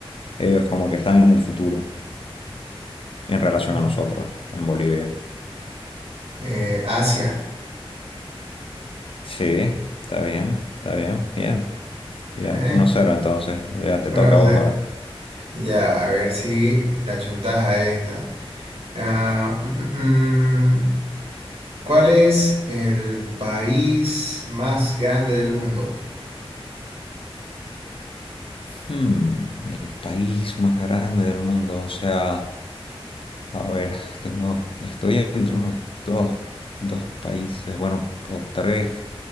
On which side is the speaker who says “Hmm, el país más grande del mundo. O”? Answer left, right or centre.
Left